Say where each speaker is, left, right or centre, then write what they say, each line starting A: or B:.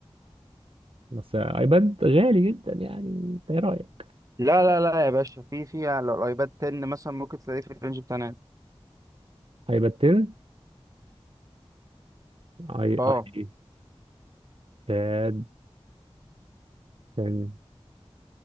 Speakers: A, on the right; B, on the right.
A: بس ايباد غالي جدا يعني انت ايه رأيك
B: لا لا لا يا باشا في في على الايباد 10 مثلا ممكن تلاقيه في الرينج بتاعنا
A: هيبقى التن اي
B: اه
A: اي تاد تن